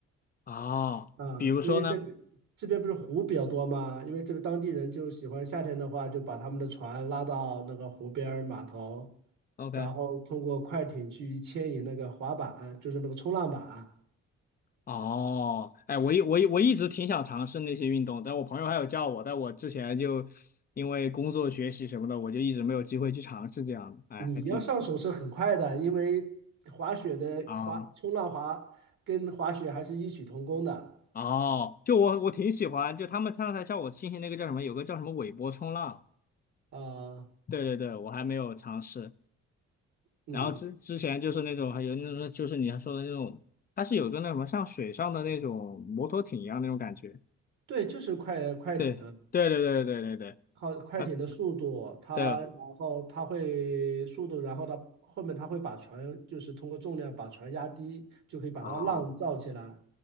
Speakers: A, on the left (about 30°); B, on the right (about 70°).
A: 哦，
B: 啊，
A: 比如说呢
B: 因为这边这边不是湖比较多嘛，因为这个当地人就喜欢夏天的话，就把他们的船拉到那个湖边儿码头，
A: ？OK，
B: 然后通过快艇去牵引那个滑板，就是那个冲浪板。
A: 哦，哎，我一我一我一直挺想尝试那些运动，但我朋友还有叫我，但我之前就因为工作、学习什么的，我就一直没有机会去尝试这样的。哎，
B: 你要上手是很快的，
A: 还挺
B: 因为滑雪的滑冲浪滑跟滑雪还是异曲同工的。
A: 啊哦，就我我挺喜欢，就他们刚才叫我进行那个叫什么，有个叫什么尾波冲浪，
B: 啊、
A: 对对对，我还没有尝试。
B: 嗯，
A: 然后之之前就是那种还有那种就是你还说的那种，它是有个那什么像水上的那种摩托艇一样那种感觉。
B: 对，就是快快艇。
A: 对对对对对对对，
B: 靠快艇的速度，
A: 啊
B: 它然后它会速度，
A: 对了
B: 然后它后面它会把船就是通过重量把船压低，就可以把它浪造起来。
A: 哦